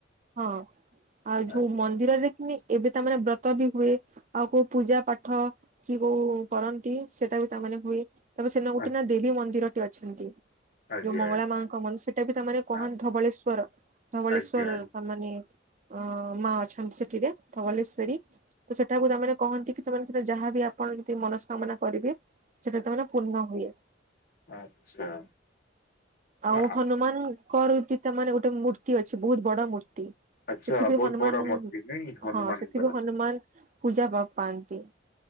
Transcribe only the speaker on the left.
ଆଜ୍ଞା
ଆ
ଆଜ୍ଞା
ଆଜ୍ଞା
ଆ
ଆଜ୍ଞା ଆଜ୍ଞା।
ଆଚ୍ଛା।
ଆ
ଆଚ୍ଛା
ବହୁତ
ବଡ ମୂର୍ତ୍ତି ନାଇଁ ହନୁମାନଙ୍କର।